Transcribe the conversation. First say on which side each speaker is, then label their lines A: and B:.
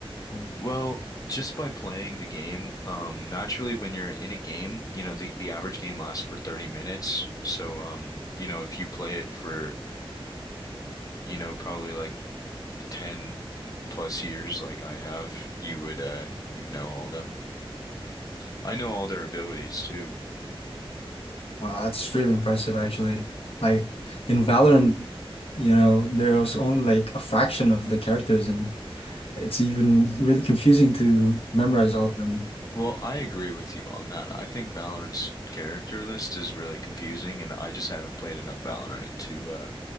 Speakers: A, on the left; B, on the left.
A: Like,
B: well, just by playing the game, um, naturally when you're in a game, you know, the, the average game lasts for 30 minutes. So, um, you know, if you play it for, you know, probably like 10 plus years like I have, you would uh you'd know all them. I know all their abilities too.
A: wow, that's really impressive actually. Like in Valorant, you know, there was only like a fraction of the characters in It's even really confusing to memorize all of them.
B: Well, I agree with you on that. I think Valorant's character list is really confusing, and I just haven't played enough Valorant to uh